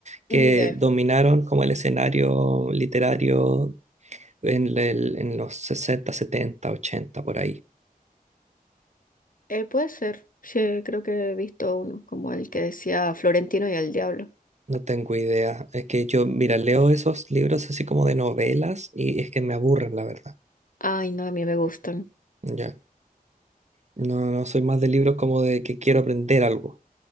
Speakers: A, on the right; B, on the left.
A: que
B: Ni idea.
A: dominaron como el escenario literario en, el- en los 60, 70, 80 por ahí.
B: Eh, puede ser. Sí, creo que he visto uno, como el que decía Florentino y el Diablo.
A: No tengo idea. Es que yo, mira, leo esos libros así como de novelas y es que me aburren, la verdad.
B: Ay, no, a mí me gustan.
A: Ya. No, no soy más de libros como de que quiero aprender algo.